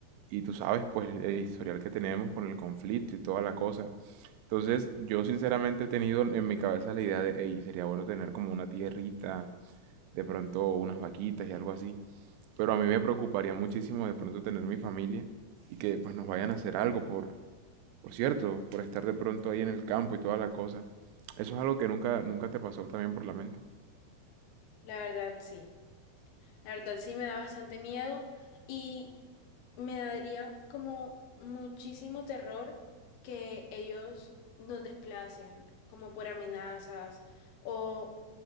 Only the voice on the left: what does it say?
La verdad, sí. La verdad sí me da bastante miedo y me daría como muchísimo terror que ellos nos desplacen, como por amenazas o